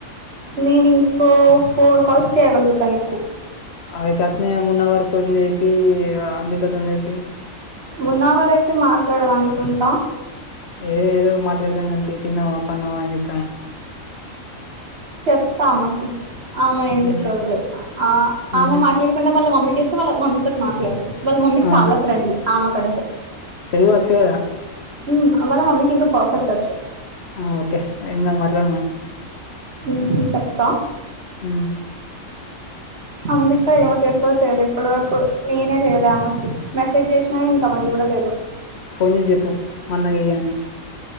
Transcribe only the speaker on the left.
అయితే అట్నే మున్నావర్ తోన్ చేపీ ఇగా అంబిక తోన్ చేపీ.
ఏ ఏదో మాట్లాడతాం కాన్ తీ తిన్నావా పన్నవా ఏం చేత్
అని మ్మ్
మ్మ్
ఆ
తెలుగు వచ్చు కదా
ఆ ఓకే ఏం గాదు మాట్లాడమను
ఊ
ఫోన్ జేసి చెప్పు మాఅన్నకి చెయ్యి అని